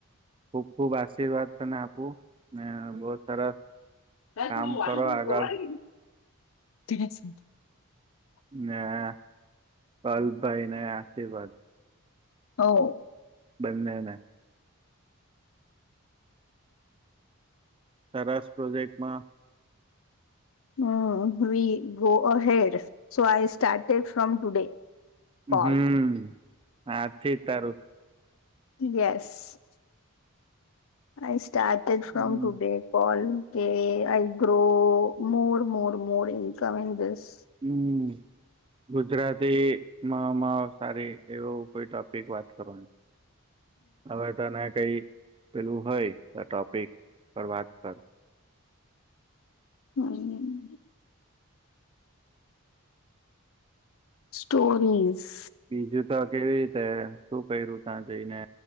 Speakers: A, on the right; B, on the left.
A: ખુબ ખુબ આશીર્વાદ તને આપું ને, બહુ સરસ.
B: નાું
A: કામ કરો આગળ
B: ત <unintelligible>
A: હ, પેલા ભાઈને આશીર્વાદ.
B: ઓ
A: બંધના. સસ પ્રોજેક્ટમાં.
B: Hmm, we go ahead so I started from today. <unintelligible> Call
A: hmm, હાથી તારું.
B: Yes. I started from
A: hmm
B: today. Call કે I grow more more more incoming this
A: hmm Gujarati મા સારી એવું કોઈ ટોપિક વાત કરો હવે તને કઈ પેલું હોય ટોપિક પર વાત પર
B: હમ્મ સ્ટોરીઝ
A: બીજું તો કેવી રીતે શું કર્યું ત્યાં જઈને